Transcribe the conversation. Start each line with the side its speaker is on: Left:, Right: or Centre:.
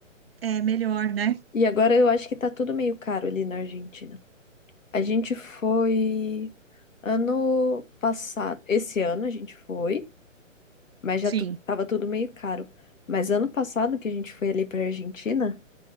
Right: é melhor, né?
Left: E agora eu acho que tá tudo meio caro ali na Argentina. A gente foi ano passado. Esse ano a gente foi. mas já
Right: Sim.
Left: tu- tava tudo meio caro. Mas ano passado que a gente foi ali pra Argentina,